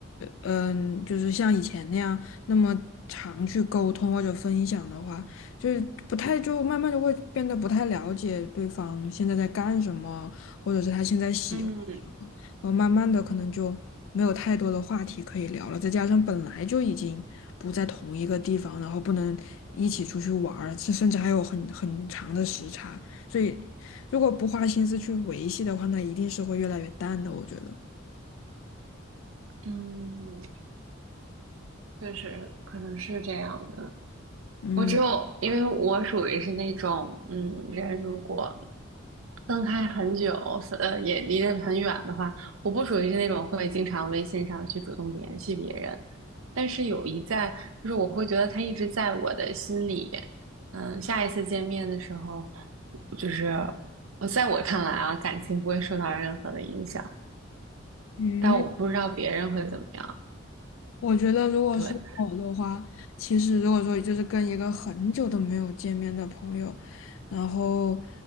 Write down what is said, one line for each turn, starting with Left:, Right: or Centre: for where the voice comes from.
Left: 嗯，就是像以前那样那么常去沟通或者分享的话，就是不太就慢慢就会变得不太了解对方现在在干什么，或者是他现在喜
Right: 嗯，
Left: 然后慢慢的可能就没有太多的话题可以聊了，再加上本来就已经不在同一个地方，然后不能一起出去玩儿，甚甚至还有很很长的时差，所以如果不花心思去维系的话，那一定是会越来越淡的，我觉得。
Right: 嗯，确实可能是这样的。
Left: 嗯。
Right: 我只有，因为我属于是那种，嗯，人如果分开很久，呃，也离得很远的话，我不属于是那种会经常微信上去主动联系别人。但是有一在，就是我会觉得他一直在我的心里。嗯，下一次见面的时候，就是呃在我看来啊，感情不会受到任何的影响，
Left: 嗯。
Right: 但我不知道别人会怎么样。
Left: 我觉得，如果是我的话，
Right: 对。
Left: 其实如果说就是跟一个很久都没有见面的朋友，然后